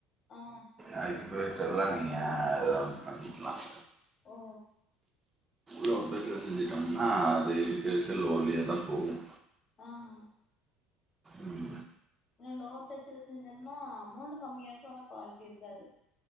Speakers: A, on the left (about 35°); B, on the right (about 20°).
A: ஆ
B: அ இப்பவே சரிதா நீங்க ஏதோ ஒன்னு பண்ணிக்கலாம்
A: ஓ
B: லோ டச்சுல செஞ்சுட்டோம்னா அது இருக்கிருக்க லோலயே தான் போகும்
A: ஆமாங்
B: ம்
A: லோ டச்சுல செஞ்சம்னா அமௌண்ட் கம்மியாருக்கும் ஆனா குவாலிட்டி இருக்காது